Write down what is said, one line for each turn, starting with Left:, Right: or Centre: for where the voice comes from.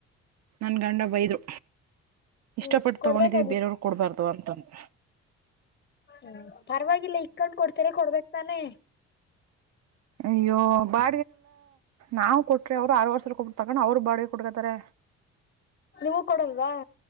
Right: ನನ್ ಗಂಡ ಬೈದ್ರು
Left: ಹ್ಮ್
Right: ಇಷ್ಟಪಟ್ಟು
Left: ಕೊಡ್ಬೇಕಾಗಿತ್ತು
Right: ತಗೊಂಡಿದೀನಿ ಬೇರೆಯವರು ಕೊಡ್ಬಾರ್ದು ತ ಅಂತಂದ್ರೆ
Left: ಹ್ಮ ಪರವಾಗಿಲ್ಲ ಇಕಂಡ್ ಕೊಡ್ತರ ಕೊಡ್ಬೇಕಕ್ ತಾನೆ
Right: ಅಯ್ಯೋ ಬಾ ನಾವು ಕೊಟ್ರೆ ಅವ್ರು ಆರ ವರ್ಷ ಕೊ ತಗಣ ಅವರು ಬಾಡಿಗೆ ಕುಡ್ಕತಾರೆ
Left: ನೀವು ಕೊಡಲ್ವಾ